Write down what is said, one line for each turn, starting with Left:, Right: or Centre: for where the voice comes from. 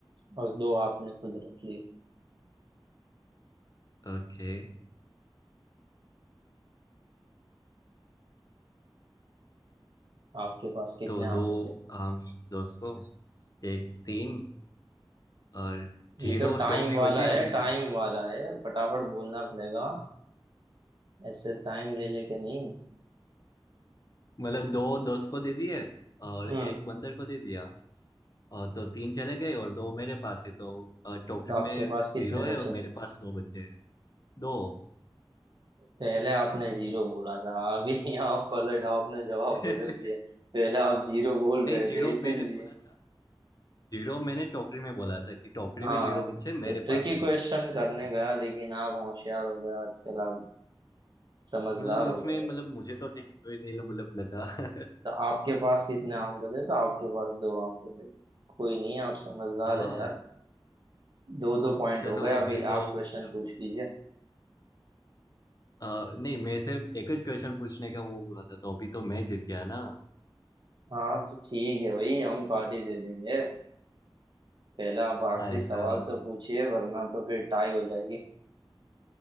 Right: और दो आपने खुद रख लिए
Left: ओके
Right: आपके पास कितने
Left: तो
Right: आम
Left: दो
Right: बचे
Left: आम दोस्त को एक तीन और जीरो
Right: ये तो टाइम
Left: टोकरी
Right: वाला
Left: बची
Right: है
Left: अभी
Right: टाइम
Left: तो
Right: वाला है फटाफट बोलना पड़ेगा ऐसे टाइम ले लेके नहीं
Left: मतलब दो दोस्त को दे दिए और
Right: हम्म
Left: एक बंदर को दे दिया और तो तीन चले गए और दो मेरे पास है तो अ, टोकरी
Right: तो आपके
Left: में
Right: पास कितने
Left: जीरो है
Right: बचे
Left: और मेरे पास दो बचे हैं दो
Right: पहले आपने जीरो बोला था अभी यहाँ पलट आपने जवाब
Left: नहीं
Right: बदल दिया पहले आप जीरो बोल गए
Left: जीरो
Right: थे इसीलिए
Left: मैंने बोला था जीरो मैंने टोकरी में बोला था कि टोकरी
Right: हाँ
Left: में जीरो बच्चे हैं, मेरे
Right: तो ट्रिकी
Left: पास दो
Right: क्वेश्चन
Left: बच्चे हैं
Right: करने गया लेकिन आप होशियार हो गए आजकल आप समझदार
Left: मतलब
Right: हो
Left: उसमें
Right: गए
Left: मतलब
Right: हो
Left: मुझे तो ठीक कोई नहीं लग- मतलब लगा <laughs>
Right: तो आपके पास कितने आम बचे तो आपके पास दो आम बचे कोई नहीं आप समझदार
Left: हाँ
Right: है यार दो दो पॉइंट
Left: चलो
Right: हो गए
Left: अभी
Right: अभी
Left: तो
Right: आप क्वेश्चन
Left: मतलब
Right: पूछ लीजिए
Left: आ, नहीं मेरे से एक ही क्वेश्चन पूछने का वो हुआ था तो अभी तो मैं जीत गया ना
Right: हाँ तो ठीक है भाई हम पार्टी दे देंगे पहले आप आखिरी
Left: हाँ ऐसा
Right: सवाल तो पूछिए वरना तो फिर टाई हो जाएगी